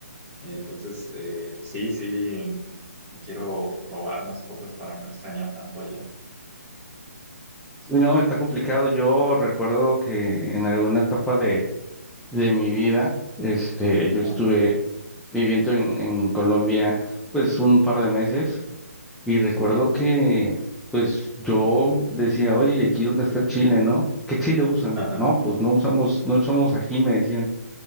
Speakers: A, on the right; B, in the centre.
A: Entonces, eh, sí, sí, sí quiero probar más cosas para no extrañar tanto allá.
B: Y No, está complicado. Yo recuerdo que
A: Mm.
B: en alguna etapa de, de mi vida, este,
A: Ajá,
B: yo estuve viviendo en, en Colombia, pues un par de meses, y recuerdo
A: sí.
B: que, pues yo decía, oye, ¿y aquí dónde está el chile, no? ¿Qué chile usan?
A: <laughs>
B: No, pues no usamos, no usamos ají, me decían.